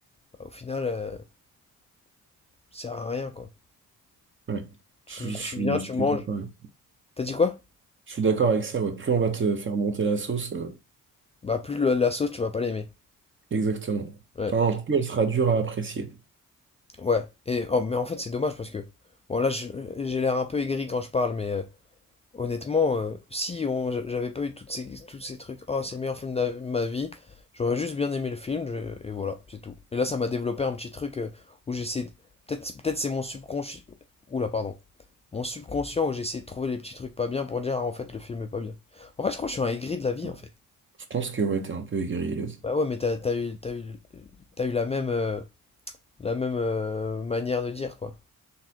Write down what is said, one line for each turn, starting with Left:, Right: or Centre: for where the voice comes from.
Left: Bah, au final, euh, ça sert à rien, quoi.
Right: Ouais.
Left: Tu,
Right: Je, je-
Left: tu viens,
Right: je- je
Left: tu
Right: suis
Left: manges.
Right: d'accord
Left: T'as dit quoi?
Right: je suis d'accord avec ça. Ouais. Plus on va te faire monter la sauce, euh,
Left: Bah, plus le- la sauce, tu vas pas l'aimer.
Right: exactement.
Left: Ouais.
Right: Enfin, plus elle sera dure à apprécier.
Left: Ouais. Et, oh, mais en fait, c'est dommage parce que, bon, là, je- j'ai l'air un peu aigri quand je parle, mais euh, Honnêtement, euh, si on, j'a- j'avais pas eu toutes ces, tous ces trucs, oh, c'est le meilleur film de la- ma vie, j'aurais juste bien aimé le film, je- et voilà, c'est tout. Et là, ça m'a développé un petit truc euh, où j'essaie. de- Peut-être peut-être c'est mon subconscient. Oula, pardon. Mon subconscient où j'essaie de trouver les petits trucs pas bien pour dire, ah, en fait, le film est pas bien. En fait, je crois que je suis un aigri de la vie,
Right: Ouais.
Left: en fait.
Right: Je pense que ouais, t'es un peu aigri, là.
Left: Bah ouais, mais t'as, t'as eu, t'as eu, t'as eu la même, euh, la même euh, manière de dire, quoi.